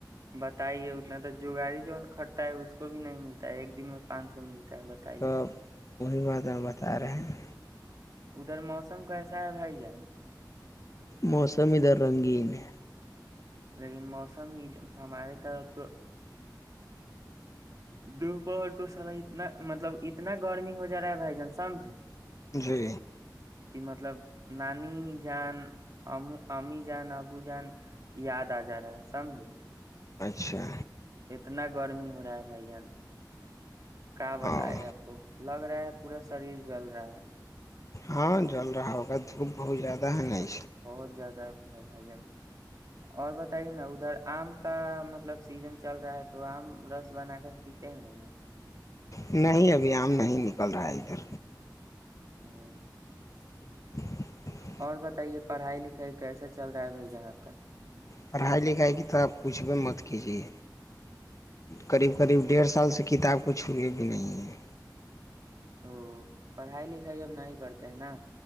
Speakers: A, on the right (about 50°); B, on the left (about 45°).
A: بتائیے اتنا تو جگاڑی جو کھرتا ہے اس کو بھی نہیں ملتا ہے ایک دن میں پانچ سو ملتا تا ہے بتائیے
B: تو وہی بات ہم بتا رہے ہیں
A: ادھر موسم کیسا ہے بھائی جان
B: موسم ادھر رنگین ہے
A: لیکن موسم ہمارے طرف تو دوپہر کو سلا اتنا مطلب اتنا گرمی ہو جا رہا ہے بھائی جان سمجھے
B: جی
A: کہ مطلب نانی جان ا امی جان ابو جان یاد آ جا رہا ہے سمجھے
B: اچھا
A: اتنا گرمی ہو رہا ہے بھائی جان کیا
B: ہاں
A: بتائے آپ کو لگ رہا ہے پورا شریر جل رہا ہے
B: ہاں جل رہا ہوگا دھوپ بہت زیادہ ہے نہیں
A: بہت زیادہ ہے بھائی جان اور بتائیے نا ادھر آم کا مطلب سیزن چل رہا ہے تو آم رس بنا کر پیتے ہیں بھائی جن
B: نہیں ابھی عم نہیں نکل رہا ہے ادھر
A: ہ <unintelligible>
B: <inaudible>
A: اور بتائیے پڑھائی لکھائی کیسا چل رہا ہے بھائی جان آپ کا
B: پڑھائی لکھائی کی تو آپ پوچھ پ مت کیجیے قریب قریب ڈیڑھ سال سے کتاب کو چھوئی بھی نہیں ہیں
A: او پڑھائی لکھائی اب نہیں کرتے ہیں نا